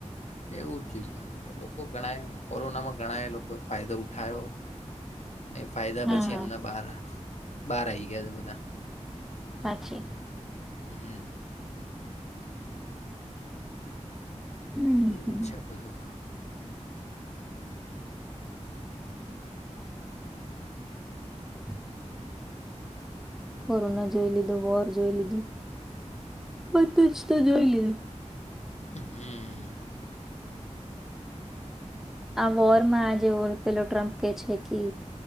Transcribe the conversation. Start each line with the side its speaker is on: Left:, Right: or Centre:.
Left: એવું જ જોઈએ આમ તો લોકો ગણા એ કોરોનામાં ઘણા એ લોકોએ ફાયદો ઉઠાયો. ને ફાયદા
Centre: હા
Left: પછી એમના બાર બાર આવી ગયા છે બધા.
Centre: સાક્ષી.
Left: હમ્મ.
Centre: હમ
Left: એવું છે બધું.
Centre: <inaudible> કોરોના જોઈ લીધું વોર જોઈ લીધું બધું જ તો જોઈ લીધું.
Left: હમ
Centre: આ વોર માં આ જેવો પેલો ટ્રમ્પ કે છે કે.